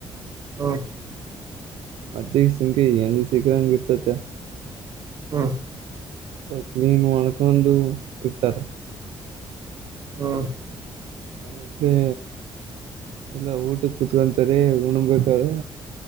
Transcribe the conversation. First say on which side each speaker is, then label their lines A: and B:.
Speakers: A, on the right (about 45°); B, on the right (about 85°).
A: ಹ್ಮ
B: ಮದ ಸಂಖ್ಯೆ ಹೆಂಗ್ ಸಿಗ್ರ ಹಂಗ ಇರ್ತತೆ
A: ಹ್ಮ್
B: ಕ್ಲೀನ್ ಮಾಡಣಕಂದು ಇರ್ತಾರ
A: ಹ್ಮ್
B: ಮಟ್ಲೆ ಎಲ್ಲಾ ಊಟ ಕುೂತ್ಕೊಂತಾರೆ ಉಣಬೇಕಾರ